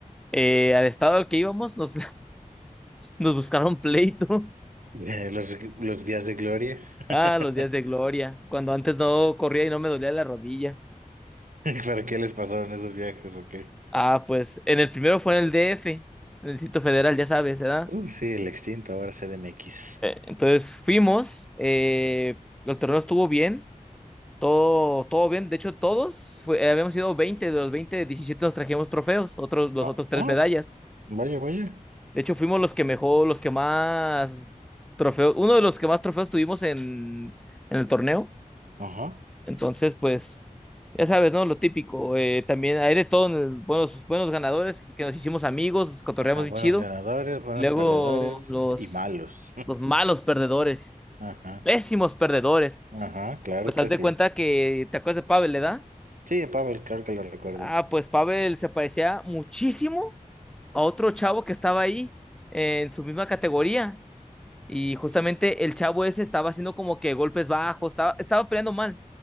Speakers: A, in the centre; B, on the right.
A: eh, al estado al que íbamos nos, <laughs> nos buscaron pleito.
B: Eh, los, los días de gloria. <laughs>
A: Ah, los días de gloria, cuando antes no corría y no me dolía la rodilla.
B: ¿Para qué les pasaron esos viajes o qué?
A: Ah, pues en el primero fue en el DF, en el Distrito Federal, ya sabes, ¿verdad?
B: Uh, sí, el extinto, ahora CDMX.
A: Entonces fuimos, eh, el torneo estuvo bien, todo, todo bien. De hecho, todos, fue- eh, habíamos ido 20 de los 20 17 nos trajimos trofeos, otros, los
B: Oh,
A: otros tres
B: oh,
A: medallas.
B: vaya, vaya.
A: De hecho, fuimos los que mejor, los que más trofeos, uno de los que más trofeos tuvimos en, en el torneo.
B: Ajá.
A: Entonces, pues, ya sabes, ¿no? Lo típico. eh, también hay de todo, en el- buenos, buenos ganadores, que nos hicimos amigos, cotorreamos
B: Ajá,
A: bien
B: buenos
A: chido.
B: ganadores, buenos
A: Y luego
B: perdedores
A: los,
B: y malos.
A: los malos perdedores,
B: <laughs> Ajá,
A: pésimos perdedores
B: ajá, claro
A: Pues
B: que
A: haz de
B: sí.
A: cuenta que te acuerdas de Pavel, ¿verdad?
B: Sí, Pavel, claro que lo recuerdo.
A: Ah, pues Pavel se parecía muchísimo a otro chavo que estaba ahí eh, en su misma categoría. Y justamente el chavo ese estaba haciendo como que golpes bajos, estaba, estaba peleando mal